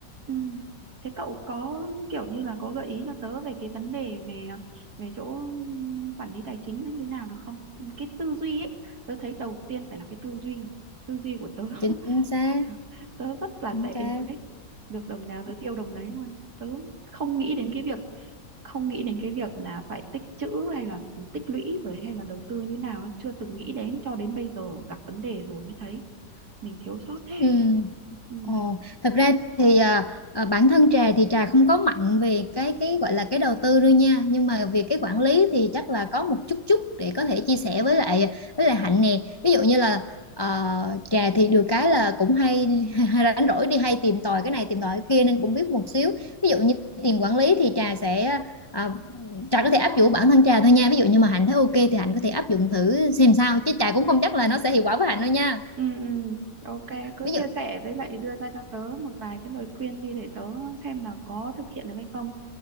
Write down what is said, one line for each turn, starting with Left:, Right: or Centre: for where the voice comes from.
Right: ừ. thế cậu có kiểu như là có gợi ý cho tớ về cái vấn đề về về chỗ quản lý tài chính nó như nào được không cái tư duy ấy tớ thấy đầu tiên phải là cái tư duy tư duy của tớ
Left: chính
Right: <laughs>
Left: xác
Right: <laughs> tớ rất là
Left: chính
Right: tệ
Left: xác
Right: luôn đấy được đồng nào tớ tiêu đồng đấy luôn tớ không nghĩ đến cái việc không nghĩ đến cái việc là phải tích trữ hay là tích lũy rồi hay là đầu tư như nào nó chưa từng nghĩ đến cho đến bây giờ gặp vấn đề rồi mới thấy mình thiếu sót thế
Left: ừ
Right: ừ.
Left: Ồ, thật ra thì à, à, bản thân Trà thì Trà không có mạnh về cái cái gọi là cái đầu tư đâu nha nhưng mà về cái quản lý thì chắc là có một chút chút để có thể chia sẻ với lại với lại Hạnh nè ví dụ như
Right: Ừ.
Left: là ờ, Trà thì được cái là cũng hay, <laughs> hay rảnh rỗi đi hay tìm tòi cái này tìm tòi cái kia nên cũng biết một xíu ví dụ như tiền quản lý thì Trà sẽ à, Trà có thể áp dụng bản thân Trà thôi nha ví dụ như mà Hạnh thấy ok thì Hạnh có thể áp dụng thử xem sao chứ Trà cũng không chắc là nó sẽ hiệu quả với Hạnh đâu nha
Right: Ừ, ừ, ok, cứ
Left: ví
Right: chia
Left: dụ
Right: sẻ với lại đưa ra cho tớ một vài cái lời khuyên đi để tớ xem là có thực hiện được hay không.